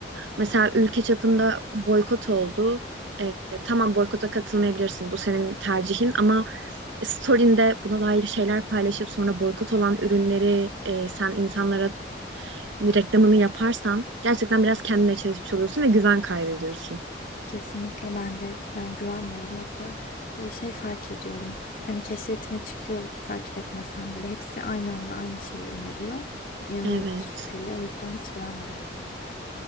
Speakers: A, on the right (about 85°); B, on the left (about 50°).
A: mesela ülke çapında boykot oldu. E, tamam boykota katılmayabilirsin bu senin tercihin ama story'inde buna dair şeyler paylaşıp sonra boykot olan ürünleri e, sen insanlara reklamını yaparsan gerçekten biraz kendine çelişmiş oluyorsun ve güven kaybediyorsun.
B: kesinlikle ben de yani güvenmiyorum. Hatta böyle şey fark ediyorum. Hani keşfetime çıkıyor takip etmesem bile hepsi aynı anda aynı şeyi öneriyor. İnanılmaz
A: Evet.
B: şüpheli. O yüzden hiç güven vermiyor.